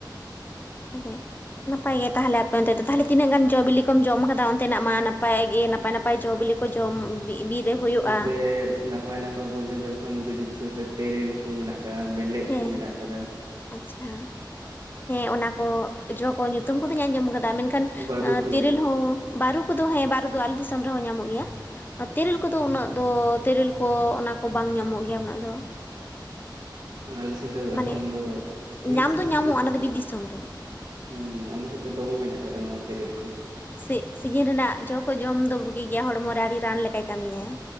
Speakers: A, on the left (about 25°); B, on the right (about 55°).
A: <unintelligible> ᱱᱟᱯᱟᱭ ᱜᱮ ᱛᱟᱦᱚᱞᱮ ᱟᱯᱮ ᱚᱱᱛᱮ ᱫᱚ ᱛᱟᱦᱚᱞᱮ ᱛᱤᱱᱟᱹᱜ ᱜᱟᱱ ᱡᱚ ᱵᱤᱞᱤ ᱠᱚᱢ ᱡᱚᱢ ᱠᱟᱫᱟ ᱚᱱᱛᱮᱱᱟᱜ ᱢᱟ ᱱᱟᱯᱟᱭ ᱜᱮ ᱱᱟᱯᱟᱭ ᱱᱟᱯᱟᱭ ᱡᱚ ᱵᱤᱞᱤ ᱠᱚ ᱡᱚᱢ ᱵᱤ ᱵᱤᱨ ᱨᱮ᱾ ᱦᱩᱭᱩᱜᱼᱟ
B: ᱱᱚᱛᱮ ᱱᱟᱯᱟᱭ ᱱᱟᱯᱟᱭ ᱵᱚᱞᱛᱮ ᱫᱚ ᱮᱠᱷᱚᱱ ᱵᱤᱨᱤᱫ ᱥᱩᱨ ᱨᱮ ᱛᱮᱨᱮᱞ ᱠᱚ ᱢᱮᱱᱟᱜ ᱦᱮ ᱢᱮᱞᱮᱫ
A: ᱦᱮᱸ
B: ᱠᱚ ᱢᱮᱱᱟᱜ ᱠᱟᱫᱟ᱾
A: ᱟᱪᱪᱷᱟ ᱦᱮᱸ ᱚᱱᱟ ᱠᱚ ᱡᱚ ᱠᱚ ᱧᱩᱛᱩᱢ ᱠᱚᱫᱩᱧ ᱟᱸᱡᱚᱢ ᱠᱟᱫᱟ ᱢᱮᱱᱠᱷᱟ ᱠᱷᱟᱱ
B: ᱵᱟᱹᱨᱩ
A: ᱮ
B: ᱠᱚ
A: ᱛᱤᱨᱤᱞ ᱦᱚᱸ ᱵᱟᱹᱨᱩ ᱠᱚᱫᱚ ᱦᱮᱸ ᱵᱟᱹᱨᱩ ᱫᱚ ᱟᱞᱮ ᱫᱤᱥᱚᱢ ᱨᱮᱦᱚᱸ ᱧᱟᱢᱚᱜ ᱜᱮᱭᱟ᱾ ᱟᱨ ᱛᱮᱨᱮᱞ ᱠᱚᱫᱚ ᱩᱱᱟᱹᱜ ᱫᱚ ᱛᱮᱨᱮᱞ ᱠᱚ ᱚᱱᱟ ᱠᱚ ᱵᱟᱝ ᱧᱟᱢᱚᱜ ᱜᱮᱭᱟ ᱩᱱᱟᱹᱜ ᱫᱚ᱾
B: ᱟᱞᱮ ᱥᱮᱱ ᱫᱚ
A: ᱢᱟᱱᱮ
B: ᱮᱠᱷᱚᱱ ᱫᱚ ᱢᱤᱫ
A: ᱧᱟᱢ
B: ᱥᱤᱡᱤᱱ
A: ᱫᱚ ᱧᱟᱢᱚᱜᱼᱟ
B: ᱪᱮᱫ?
A: ᱚᱱᱟ ᱫᱚ ᱵᱤᱨ ᱫᱤᱥᱚᱢ ᱨᱮ
B: ᱦᱩᱸ ᱟᱞᱮ ᱥᱮᱫ ᱫᱚ ᱫᱚᱢᱮ ᱢᱮᱱᱟᱜ ᱠᱟᱫᱟ ᱱᱚᱣᱟ ᱛᱮᱨᱮᱞ ᱠᱚ᱾
A: ᱥᱤᱜ ᱥᱤᱡᱤᱱ ᱨᱮᱱᱟᱜ ᱡᱚ ᱠᱚ ᱡᱚᱢ ᱫᱚ ᱵᱩᱜᱤ ᱜᱮᱭᱟ ᱦᱚᱲᱢᱚ ᱨᱮ ᱟᱹᱰᱤ ᱨᱟᱱ ᱞᱮᱠᱟᱭ ᱠᱟᱹᱢᱤᱭᱟᱭ᱾